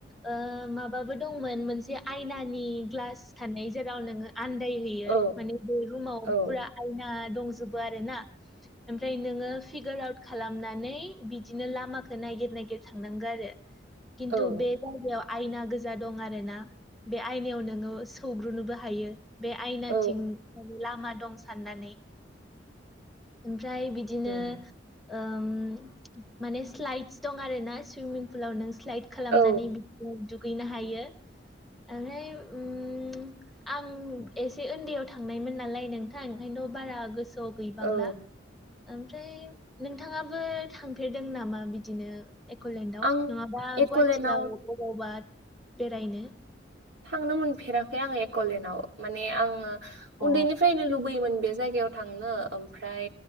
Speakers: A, in the centre; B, on the right.
A: ओ माबाबो दंमोन मोनसे आयनानि ग्लास थानाय जेराव नोङो आन्दायहोयो
B: औ
A: माने बे रुमाव
B: औ
A: फुरा आयना दंजो आरो ना ओमफ्राय नोङो फिगार आउत खालामनानै बिदिनो लामा नायगिर नायगिर थांनांगौ आरो खिन्थु
B: औ
A: बे
B: औ
A: जायगायाव आयना गोजा दं आरोना बे आयनायाव नोङो सौग्रोनोबो हायो। बे आयनाथिं
B: औ
A: माने लामा दं साननानै ओमफ्राय बिदिनो
B: उम
A: ओम माने स्लाइदस दं आर ना सुइमिं पुलाव नों स्लाइट खालामनानै
B: औ
A: बिदि दुगैनो हायो। ओमफ्राय उम आं एसे उन्दैयाव थांनायमोन नालाय नोंथां ओंखायनो थ बारा गोसोआव गैबांला
B: औ
A: ओमफ्राय नोंथाङाबो थांफेरदों नामा बिदिनो? एकलेण्डाव
B: आं
A: नङाबा
B: एक'लेण्डआव
A: गुवाहाटियाव बबावबा बेरायनो?
B: थांनो मोनफेराखै आङो एकलेणडाव माने आङो उन्दैनिफ्रायनो
A: अ
B: लुबैयोमोन बे जायगायाव थांनो ओमफ्राय